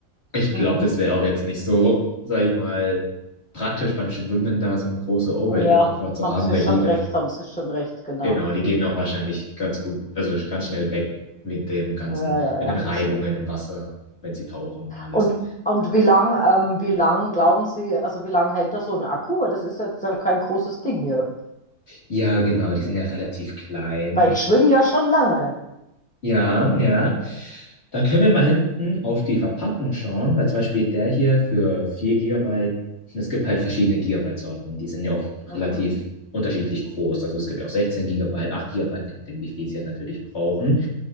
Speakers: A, on the left; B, in the centre.
A: Ich glaube,
B: mhm.
A: das wäre auch jetzt nicht so, sag ich mal, praktisch beim Schwimmen da so ein große Over-Ear-Kopfhörer
B: Ja,
A: zu
B: haben
A: haben,
B: Sie
A: weil
B: schon
A: die
B: recht, haben Sie schon recht, genau.
A: Genau, die gehen auch wahrscheinlich ganz gut, also ganz schnell weg mit dem ganzen,
B: Ja, ja,
A: mit
B: ja.
A: den Reibungen im Wasser, wenn sie tauchen und alles.
B: Und, und wie lang, ähm, wie lang glauben Sie, also wie lang hält da so ein Akku? Weil das ist jetzt äh, kein großes Ding hier.
A: Ja, genau, die sind ja relativ klein.
B: Weil ich schwimme ja schon lange.
A: Ja, ja. Da können wir mal hinten auf die Verpackung schauen, weil zum Beispiel der hier für 4 Gigabyte. es gibt halt verschiedene Gigabyte-Sorten, die sind ja auch
B: Mhm,
A: relativ unterschiedlich groß. Also es gibt ja auch 16 Gigabyte, 8 Gigabyte, je nachdem, wie viel sie ja natürlich brauchen.